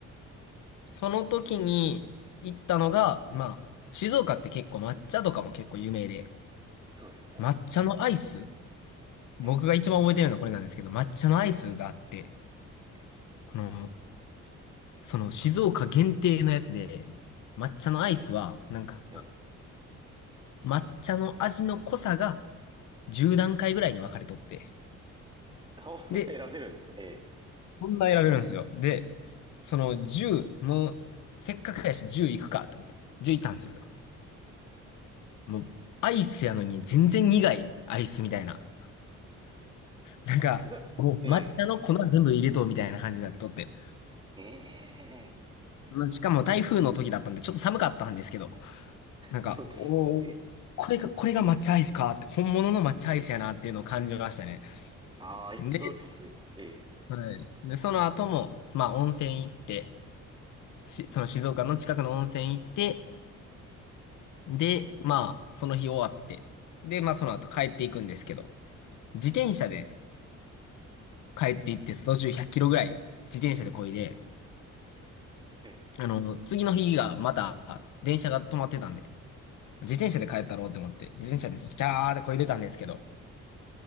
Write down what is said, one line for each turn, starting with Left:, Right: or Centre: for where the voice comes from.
Left: その時に行ったのが、まあ、静岡って結構抹茶とかも結構有名で、
Right: そうですね。
Left: 抹茶のアイス僕が一番覚えてるのはこれなんですけど、
Right: え
Left: 抹茶のアイスがあって、
Right: ええ
Left: この、その静岡限定のやつで、抹茶のアイスは、
Right: え
Left: なんか、
Right: ええ
Left: 抹茶の味の濃さが10段階ぐらいに分かれとって。
Right: そんな
Left: で、
Right: <laughs> 選べるんですね。
Left: そんな得られるんですよ。で、その10、もう、せっかくやし10行くかと思って。10行ったんですよ。
Right: ええ
Left: もう、アイスやのに全然苦いアイスみたいな。なんか、
Right: じゃ、
Left: もう抹茶の粉全部入れとうみたいな感じになっとって。
Right: ええ、ええ、
Left: まあしかも台風の時だったんで、ちょっと寒かったんですけど、なんか、
Right: そうですよね。
Left: おー、
Right: ええ。
Left: これが、これが抹茶アイスかって、本物の抹茶アイスやなっていうのを感じましたね。
Right: ああ、いや、
Left: で、
Right: そうですよね。ええ、
Left: はい。で、その後も、まあ、温泉行って、し、その静岡の近くの温泉行って、で、まあ、その日終わって、で、まあ、その後帰っていくんですけど、
Right: うんうん
Left: 自転車で帰って行って、途中100キロぐらい自転車で漕いで、
Right: え
Left: あの、次の日がまた、電車が止まってたんで、自転車で帰ったろうって思って、自転車でジャーって漕いでたんですけど、